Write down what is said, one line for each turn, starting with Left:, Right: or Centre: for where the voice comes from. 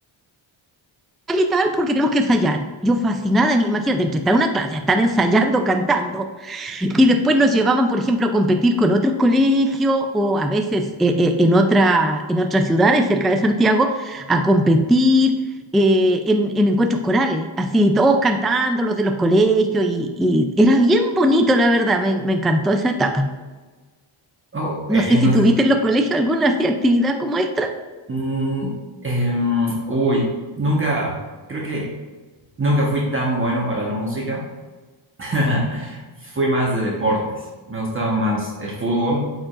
Centre: y tal porque tenemos que ensayar. Yo fascinada, mi- imagínate, entre estar en una clase, estar ensayando, cantando, Y después nos llevaban, por ejemplo, a competir con otros colegios o a veces eh, eh, en otra, en otras ciudades cerca de Santiago a competir eh, en, en encuentros corales, así todos cantando los de los colegios y, y era bien bonito, la verdad, me, me encantó esa etapa.
Right: Oh, eh,
Centre: No sé
Right: entonces,
Centre: si tuviste en los colegios alguna así actividad como extra.
Right: mm, em, uy, nunca, creo que nunca fui tan bueno para la música. <laughs> Fui más de deportes. Me gustaba más el fútbol